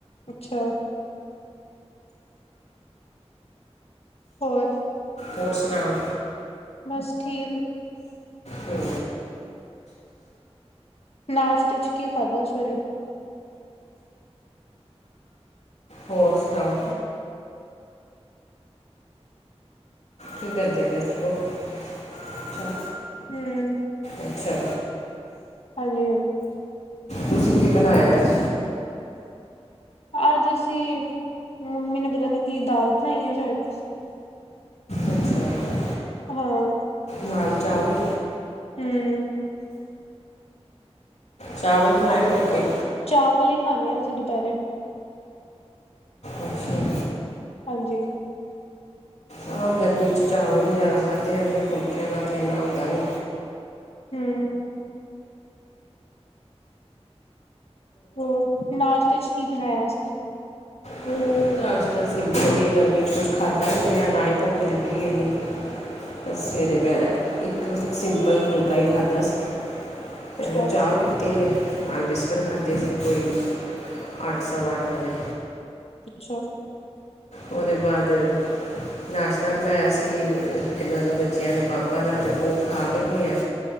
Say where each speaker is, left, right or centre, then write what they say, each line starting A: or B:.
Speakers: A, on the left; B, on the left.
A: ਅੱਛਾ। ਹੋਰ।
B: ਹੋਰ ਸੁਨਾਓ?
A: ਬਸ ਠੀਕ।
B: ਹੂੰ।
A: ਨਾਸ਼ਤੇ ਚ ਕੀ ਖਾਧਾ ਸਵੇਰੇ?
B: ਹੋਰ ਸੁਨਾਓ? ਕੀ ਕਰਦੇ ਪਏ ਸੀ? ਓਕ ਛਾ।
A: ਹੂੰ।
B: ਅੱਛਾ।
A: ਹਾਂਜੀ ਹਾਂਜੀ।
B: ਤੁਸੀ ਕੀ ਬਨਾਆ ਅੱਜ?
A: ਅੱਜ ਅਸੀ ਮੰਮੀ ਨੇ ਪਤਾ ਨੀ ਕੀ ਦਾਲ ਬਨਾਈ ਹੋਈ ਸ਼ਾਇਦ।
B: ਅੱਛਾ
A: ਹਾਂ।
B: ਨਾਲ ਚਾਵਲ।
A: ਹੂੰ।
B: ਚਾਵਲ ਬਨਾਏ ਫੁਲਕੇ।
A: ਚਾਵਲ ਈ ਖਾਂਨੇ ਆ ਅਸੀ ਦੁਪੇਰੇ।
B: ਅੱਛਾ ਅੱਛਾ।
A: ਹਾਂਜੀ।
B: ਹਾਂ ਗਰਮੀ ਚ ਚਾਵਲ ਈ ਜਾਦਾ ਖਾਧੇ ਜਾਂਦੇ ਫੁਲਕਆਂ ਦਾ ਤੇ ਇੰਨਾ ਹੁੰਦਾ ਨੀ।
A: ਹੂੰ। ਹੋਰ ਨਾਸ਼ਤੇ ਚ ਕੀ ਬਨਾਆ ਸੀ?
B: ਹਮ, ਨਾਸ਼ਤਾ ਸਿੰਪਲ ਈ ਏ ਗਰਮੀ ਚ ਕੁੱਛ ਖਾਧਾ ਨੀ ਗਆ ਨਾ ਹੀ ਭੁੱਖ ਲੱਗੀ ਐਨੀ। ਬਸ ਸਵੇਰੇ ਮੈਂ ਇੱਕ ਸਿੰਪਲ ਫੁਲਕਾ ਈ ਖਾਧਾ ਸੀ।
A: ਅੱਛਾ
B: ਪੇਲੇ ਚਾ ਪੀਤੀ ਏ। ਨਾਲ ਬਿਸਕੁੱਟ ਖਾਧੇ ਸੀ ਕੋਈ ਅੱਠ ਸਵਾ ਅੱਠ ਵਜੇ।
A: ਅੱਛਾ।
B: ਓਦੇ ਬਾਦ ਨਾਸ਼ਤਾ ਬਨਾਆ ਸੀ ਐਨਾ ਦੇ ਬੱਚਆਂ ਦੇ ਪਾਪਾ ਦਾ ਤੇ ਓ ਖਾ ਕੇ ਗਆ।